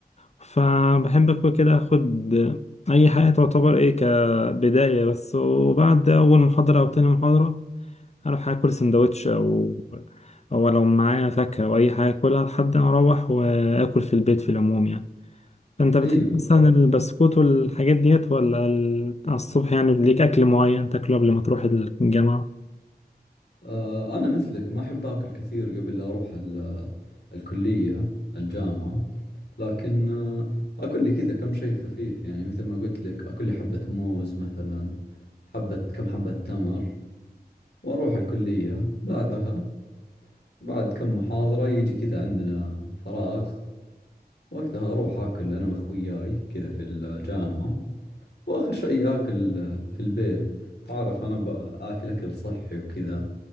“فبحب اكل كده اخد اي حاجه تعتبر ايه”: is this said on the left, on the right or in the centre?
Left